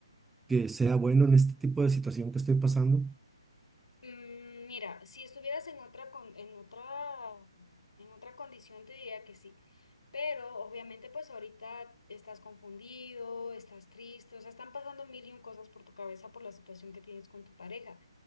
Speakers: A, in the centre; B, on the left.
A: que sea bueno en este tipo de situación que estoy pasando.
B: Mm, Mira, si estuvieras en otra con- en otra en otra condición te diría que sí, pero obviamente pues ahorita estás confundido, estás triste, o sea, están pasando mil y un cosas por tu cabeza por la situación que tienes con tu pareja.